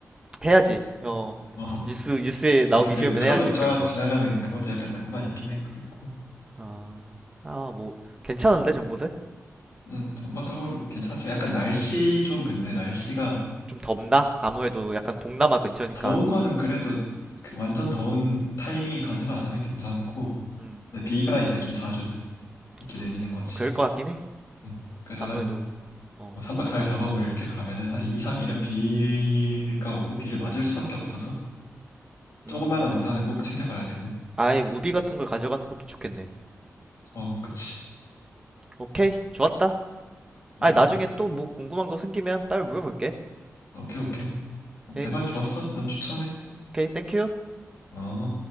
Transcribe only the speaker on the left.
어
그래서
그
철로
쫙
지나가는 그것도 약간 낭만 있긴 했고
음 전반적으로 괜찮았어요 약간 날씨 좀 근데 날씨가
더운 거는 그래도 그 완전 더운 타이밍이 가지만 않으면 괜찮고
근데 비가 이제 좀 자주 느- 이렇게 내리는
거지
음 그래서
한뭐
3박
4일 4박
5일 이렇게 가면은 한 2, 3일은 비가 오고 비를 맞을 수밖에 없어서
조그마한 우산은 꼭 챙겨가야 되고.
어, 뭐, 그치.
음,
오케이, 오케이.
대만 좋았어. 난 추천해.
어.